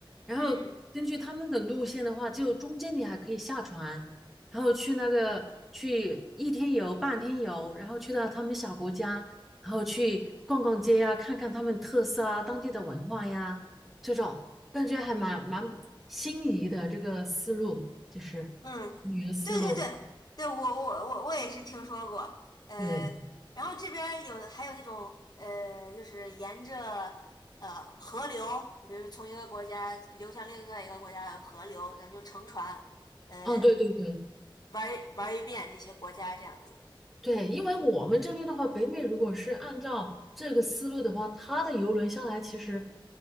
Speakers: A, in the centre; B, on the left.
A: 然后根据他们的路线的话，
B: 嗯。
A: 就中间你还可以下船，然后去那个去一天游、半天游，然后去到他们小国家，然后去逛逛街呀、看看他们特色啊、当地的文化呀，这种感觉还蛮蛮心仪的这个思路，就是
B: 嗯，
A: 旅游思路。
B: 对对对对，我我我我也是听说过，呃，
A: 对，
B: 然后这边儿有还有那种呃，就是沿着呃河流，比如说从一个国家流向另外一个国家的河流，咱就乘船，呃，
A: 嗯，对对对。
B: 玩儿玩儿一遍这些国家这样子。
A: 对，因为我们这边的话，北美如果是按照这个思路的话，它的游轮下来其实